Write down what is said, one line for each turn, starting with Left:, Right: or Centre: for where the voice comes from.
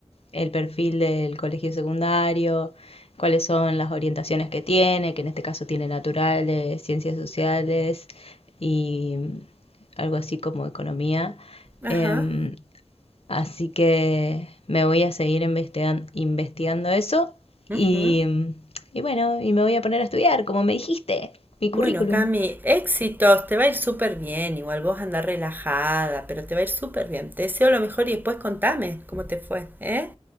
Left: el perfil del colegio secundario, cuáles son las orientaciones que tiene, que en este caso tiene naturales, ciencias sociales y mm, algo así como economía.
Right: ajá.
Left: Em, Así que me voy a seguir investigan- investigando eso
Right: ujú.
Left: y, y bueno, y me voy a poner a estudiar, como me dijiste, mi currículum.
Right: Bueno, Cami, éxitos, te va a ir súper bien, igual vos andás relajada, pero te va a ir súper bien. Te deseo lo mejor y después contame cómo te fue, ¿eh?